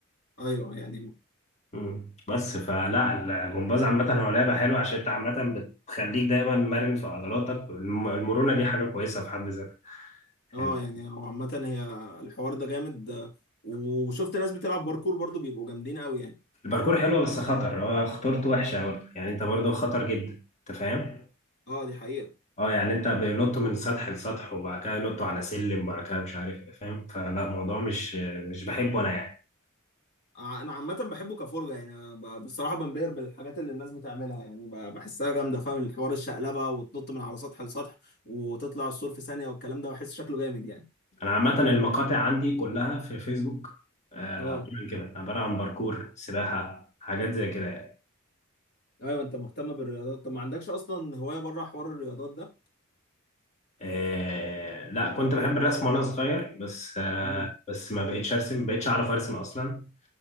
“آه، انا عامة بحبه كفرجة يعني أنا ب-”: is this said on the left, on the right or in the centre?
Left